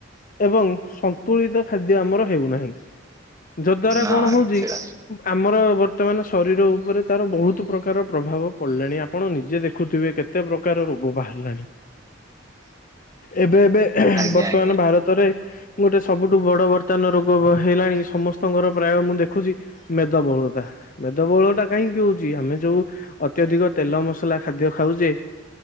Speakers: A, on the left; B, on the right.
A: ଏବଂ ସନ୍ତୁଳିତ ଖାଦ୍ୟ ଆମର ହେଉନାହିଁ। ଯଦ୍ଵାରା
B: ନା
A: କଣ
B: ଆଜ୍ଞା
A: ହଉଛି
B: ସେଇଟା।
A: ଆମର ବର୍ତ୍ତମାନ ଶରୀର ଉପରେ ତାର ବହୁତ ପ୍ରକାର ପ୍ରଭାବ ପଡିଲାଣି ଆପଣ ନିଜେ ଦେଖୁଥିବେ କେତେ ପ୍ରକାର ରୋଗ ବାହାରିଲାଣି। ଏବେ ଏବେ
B: ଆଜ୍ଞା
A: ବର୍ତ୍ତମାନ
B: ଆଜ୍ଞା
A: ଭାରତରେ ଗୋଟେ ସବୁଠୁ ବଡ ବର୍ତ୍ତମାନ ରୋଗ ହେଲାଣି ସମସ୍ ଙ୍କର ପ୍ରାୟ ମୁଁ ଦେଖୁଛି ମେଦବହୁଳତା ମେଦବହୁଳ ଟା କାହିଁକି ହଉଛି ଆମେ ଯୋଉ ଅତ୍ୟା ଅଧିକ ତେଲ ମସଲା ଖାଦ୍ୟ ଖାଉଛେ